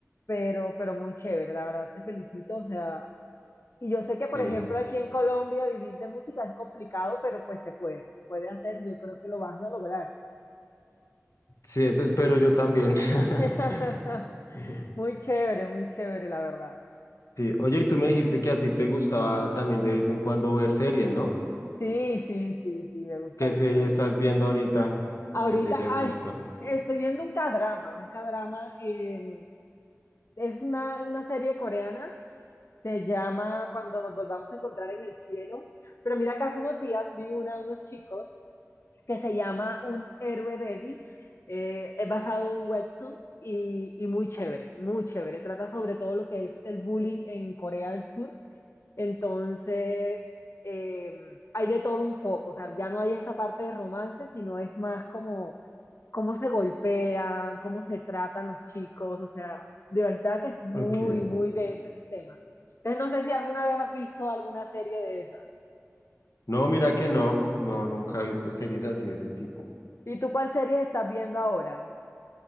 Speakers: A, on the left; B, on the left.
A: pero, pero muy chévere, la verdad te felicito, o sea, y yo sé que por
B: sí.
A: ejemplo aquí en Colombia vivir de música es complicado, pero pues se puede, se puede hacer, yo creo que lo vas a lograr.
B: Sí, eso espero yo también. <laughs>
A: <laughs>
B: Ujú.
A: Muy chévere, muy chévere, la verdad.
B: Sí, oye, y tú me dijiste que a ti te gustaba también de vez en cuando ver series, ¿no?
A: Sí, sí, sí, sí, me gusta
B: ¿Qué
A: ver
B: serie
A: series.
B: estás viendo ahorita?
A: Ahorita,
B: ¿O ¿Qué serie has
A: ay,
B: visto?
A: estoy viendo un K-drama, un K-drama, eh, es una, una serie coreana, se llama Cuando nos volvamos a encontrar en el cielo, pero mira que hace unos días vi una de unos chicos que se llama Un héroe débil, eh, es basado en un webtoon y, y muy chévere, muy chévere, trata sobre todo lo que es el bullying en Corea del Sur Entonces, eh, hay de todo un poco, o sea, ya no hay esa parte de romance, sino es más como cómo se golpean, cómo se tratan los chicos, o sea, de verdad que es muy,
B: Ok.
A: muy denso ese tema. Entonces, no sé si alguna vez has visto alguna serie de esas.
B: No, mira que no, no, nunca he visto series así de ese tipo.
A: ¿Y tú cuál serie estás viendo ahora?